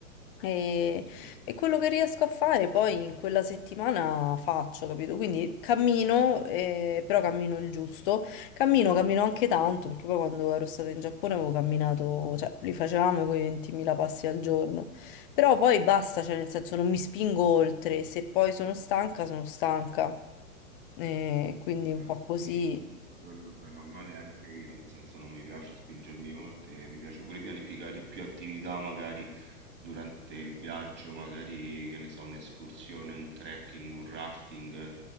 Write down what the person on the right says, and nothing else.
sì.
Beh,
sì, comunque quello bene o male anche io, nel senso non mi piace spingermi oltre, mi piace pure pianificare più attività magari durante il viaggio, magari che ne so, un'escursione, un trekking, un rafting.